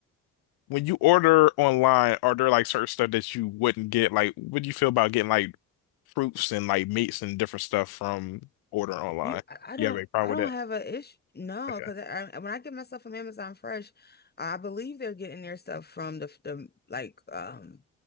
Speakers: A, on the left; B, on the left.
A: when you order online, are there like certain stuff that you wouldn't get? Like, what do you feel about getting like fruits and like meats and different stuff from ordering online?
B: You, I I
A: You
B: don't,
A: have a problem
B: I don't
A: with that?
B: have a issue. No,
A: Okay.
B: because I, I- when I get my stuff from Amazon Fresh, I believe they're getting their stuff from the the like um